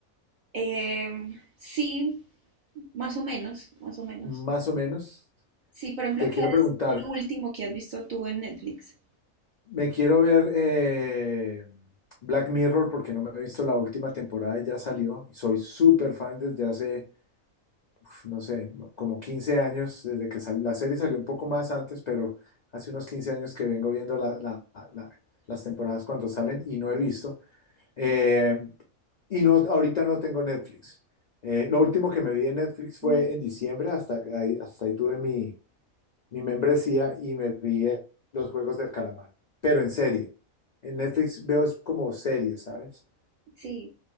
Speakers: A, on the right (about 70°); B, on the left (about 85°).
A: em, sí, más o menos, más o menos.
B: más o menos.
A: Sí, por ejemplo,
B: Te
A: ¿qué
B: quiero preguntar,
A: es lo último que has visto tú en Netflix?
B: Me quiero ver eh, Black Mirror porque no me he visto la última temporada y ya salió. Y soy súper fan desde hace, uf, no sé, como 15 años, desde que sal- la serie salió un poco más antes, pero hace unos 15 años que vengo viendo la- la- la- las temporadas cuando salen y no he visto. Eh, y no, ahorita no tengo Netflix. Eh, lo último que me vi en Netflix fue
A: No.
B: en diciembre, hasta ahí, hasta ahí tuve mi, mi membresía y me vi en los Juegos del Calamar, pero en serie. En Netflix veo es como series, ¿sabes?
A: Sí,